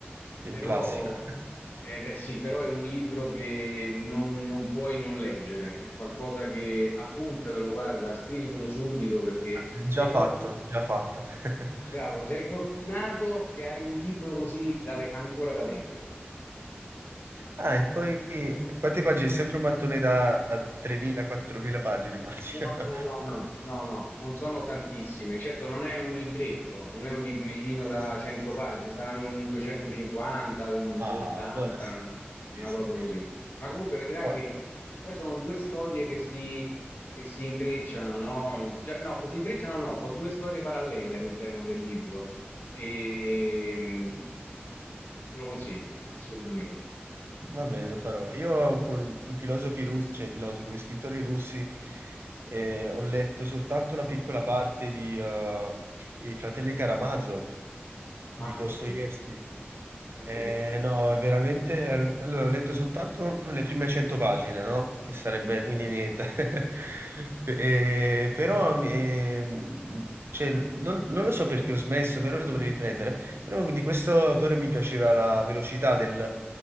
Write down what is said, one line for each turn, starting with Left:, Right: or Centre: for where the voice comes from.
Right: sì,
Left: Però
Right: un classico.
Left: eh, eh sì, però è un libro che non, non puoi non leggere, è qualcosa che appuntatelo, guarda, scrivitelo subito perché
Right: <laughs>
Left: sei
Right: Già
Left: fortunato.
Right: fatto, già fatto. <laughs>
Left: bravo, sei fortunato che hai un libro così da le- ancora da leggere.
Right: Ah, e poi quante pagine? Sempre un mattone da 3.000-4.000 pagine, immagino.
Left: No,
Right: <laughs>
Left: no, no, no, no, no, non sono tantissime. Certo, non è un libretto, non è un libricino
Right: Sì,
Left: da
Right: sì, sì.
Left: 100 pagine, saranno un 250, un
Right: Ah,
Left: 280,
Right: allora sì.
Left: una
Right: Sì, sì.
Left: cosa così. Ma comunque vedrai
Right: Ah,
Left: che poi sono due storie che si, che si intrecciano, no? Già- no, che si intrecciano no, sono due storie parallele all'interno del libro. E mm, te lo consiglio, assolutamente.
Right: va bene, lo farò. Io con i filosofi russi, cioè i filosofi, con gli scrittori russi, eh, ho letto soltanto una piccola parte di eh, I fratelli Karamazov di
Left: Ah,
Right: Dostoevsky.
Left: sì, sì, sì,
Right: Eh,
Left: sì.
Right: no, è veramente... Allora, ho letto soltanto le prime 100 pagine, no? Che sarebbe quindi niente. <laughs> Eh, però, ehm, cioè, non, non lo so perché ho smesso, però dovrei riprendere. Però di questo autore mi piaceva la velocità del,